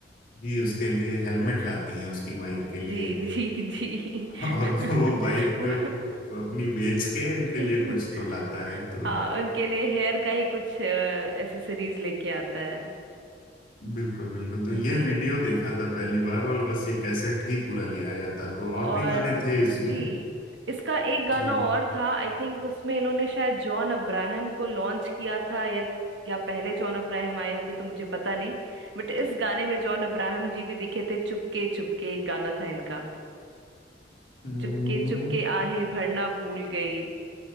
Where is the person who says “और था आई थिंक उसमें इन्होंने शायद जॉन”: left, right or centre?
Right